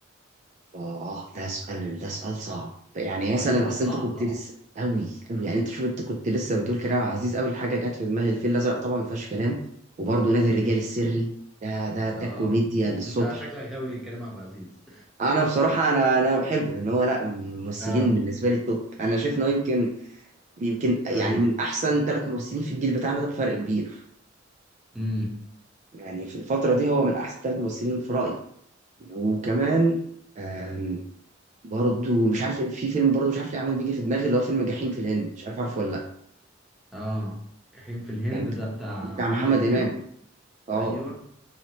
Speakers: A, on the right (about 35°); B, in the centre.
A: اه ده سؤال ده سؤال صعب يعني مثلا
B: سؤال سؤال
A: اصل
B: صعب
A: انت كنت
B: طبعا
A: لسه قوي قوي يعني انت شوف انت كنت لسه بتقول كريم عبد العزيز اول حاجه جت في دماغي الفيل الازرق طبعا ما فيهاش كلام وبرده نادي
B: امم
A: الرجال السري ده ده ده
B: اه
A: كوميديا للصبح
B: انت شكلك غاوي كريم عبد العزيز
A: انا بصراحه انا انا بحبه لان هو لا من الممثلين
B: اه
A: بالنسبه لي توب انا شايف انه يمكن يمكن يعني
B: ايوه
A: من احسن ثلاث ممثلين في الجيل بتاعنا ده بفرق كبير
B: امم
A: يعني في الفتره دي هو من احسن ثلاث ممثلين في رايي وكمان آم، برضو مش عارف في فيلم برضو مش عارف ليه عمال بيجي في دماغي اللي هو فيلم جحيم في الهند مش عارف عارفه ولا لا
B: اه جحيم في الهند
A: كان
B: ده بتاع
A: بتاع
B: محمد
A: محمد
B: امام
A: امام اه
B: ايوه